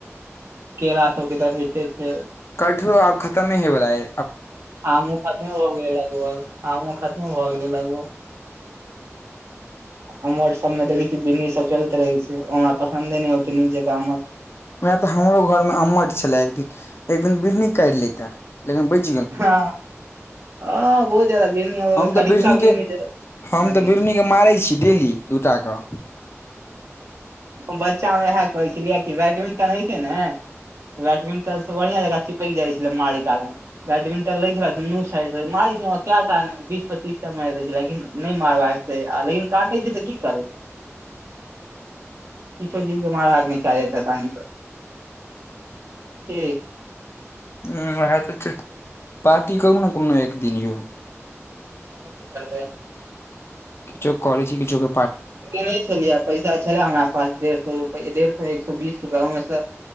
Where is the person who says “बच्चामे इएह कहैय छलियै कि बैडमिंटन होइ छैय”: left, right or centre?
Right